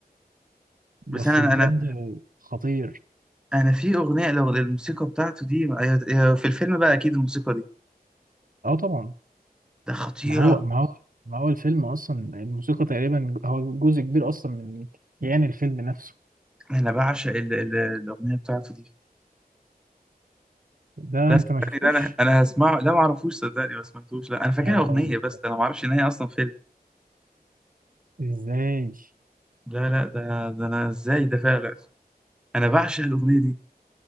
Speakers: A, on the right; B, in the centre.
A: بس
B: بس انا
A: بجد
B: انا
A: خطير
B: انا في اغنيه لو الموسيقى بتاعته دي هي- هي في الفيلم بقى اكيد الموسيقى دي
A: اه طبعا
B: ده خطيره
A: ما هو ما هو ما هو الفيلم اصلا الموسيقى تقريبا هو جزء كبير اصلا من كيان الفيلم نفسه
B: انا بعشق ال... ال... الاغنيه بتاعته دي
A: ده
B: لا صدقني
A: انت ما شفتوش
B: لا انا انا هسمعه لا ما اعرفوش صدقني ما سمعتوش لا انا فاكرها
A: يا لهوي
B: اغنيه بس انا ما اعرفش ان هي اصلا فيلم
A: ازاي
B: لا لا ده ده انا ازاي ده فعلا انا بعشق الاغنيه دي